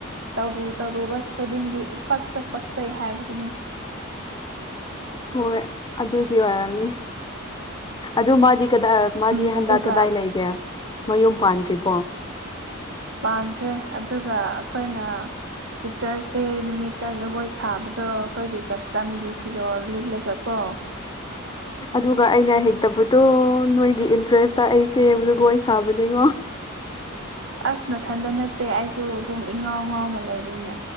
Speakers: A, on the right; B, on the left.
A: ꯇꯧꯔꯨ ꯇꯧꯔꯨꯕ ꯈꯨꯗꯤꯡꯒꯤ ꯏꯄꯛꯇ ꯄꯛꯆꯩ ꯍꯥꯏꯕꯗꯨꯅꯤ꯫
B: ꯍꯣꯏ ꯑꯗꯨꯒꯤ ꯑꯣꯏꯔꯝꯅꯤ ꯑꯗꯨ ꯃꯥꯗꯤ ꯀꯗꯥ ꯃꯥꯗꯤ
A: ꯎꯝ
B: ꯍꯟꯗꯛ
A: ꯑꯗꯨꯒ
B: ꯀꯗꯥꯏ ꯂꯩꯒꯦ ꯃꯌꯨꯝ ꯄꯥꯟꯗ꯭ꯔꯤꯕꯣ
A: ꯄꯥꯟꯈ꯭ꯔꯦ ꯑꯗꯨꯒ ꯑꯩꯈꯣꯏꯅ ꯇꯤꯆ꯭ꯔꯁ ꯗꯦ ꯅꯨꯃꯤꯠꯇ ꯖꯒꯣꯏ ꯁꯥꯕꯗꯣ ꯑꯩꯈꯣꯏꯒꯤ ꯀꯁꯇꯝꯒꯤ ꯐꯤꯔꯣꯜ ꯂꯤꯠꯂꯒ ꯀꯣ
B: ꯑꯗꯨꯒ ꯑꯩꯅ ꯍꯩꯇꯕꯗꯣ ꯅꯣꯏꯒꯤ ꯏꯟꯇ꯭ꯔꯦꯁꯇ ꯑꯩꯁꯦ ꯖꯒꯣꯏ ꯁꯥꯕꯅꯦꯉꯣ
A: ꯑꯁ ꯅꯊꯟꯗ ꯅꯠꯇꯦ ꯑꯩꯁꯨ ꯑꯗꯨꯝ ꯏꯉꯥꯎ ꯉꯥꯎꯅ ꯂꯩꯕꯅꯤꯅ